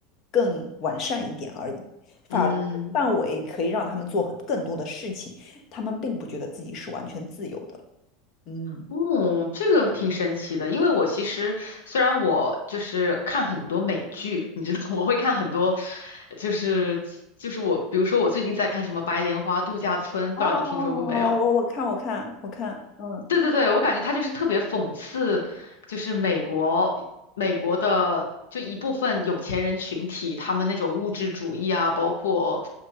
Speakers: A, on the left (about 50°); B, on the left (about 75°).
A: 更完善一点而已，法律范围可以让他们做很更多的事情，
B: 嗯。
A: 他们并不觉得自己是完全自由的。嗯，
B: 哦，这个挺神奇的，因为我其实虽然我就是看很多美剧，你知道 <laughs> 我会看很多，就是就是我，比如说我最近在看什么《白莲花度假村》，
A: 哦，
B: 不知道你听说过没有？
A: 我我看我看我看，嗯。
B: 对对对，我感觉他就是特别讽刺，就是美国美国的就一部分有钱人群体，他们那种物质主义啊，包括